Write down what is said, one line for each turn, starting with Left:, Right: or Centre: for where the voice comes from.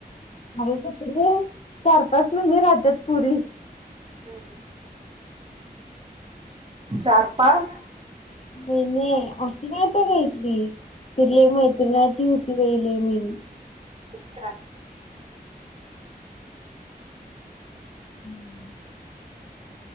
Left: अरे ते चार पाच महिने राहतात पुरी
Right: हम् चारपाच
Left: महि नाही अशी ना आता घितली तिले मैत्रिणथ होती पहिले हम्
Right: च
Left: हम्म